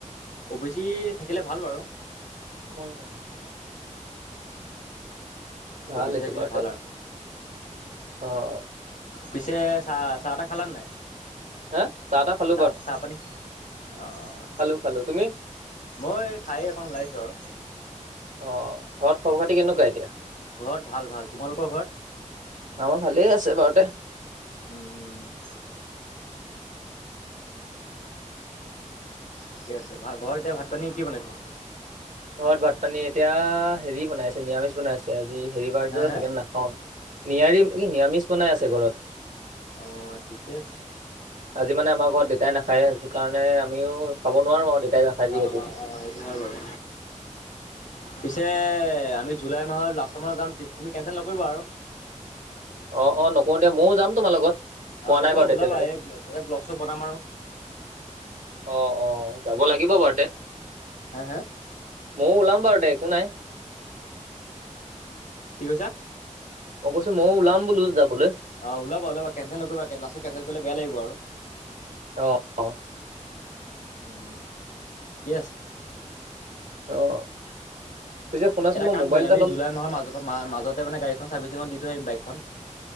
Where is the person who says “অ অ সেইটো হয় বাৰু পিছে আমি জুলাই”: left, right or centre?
Left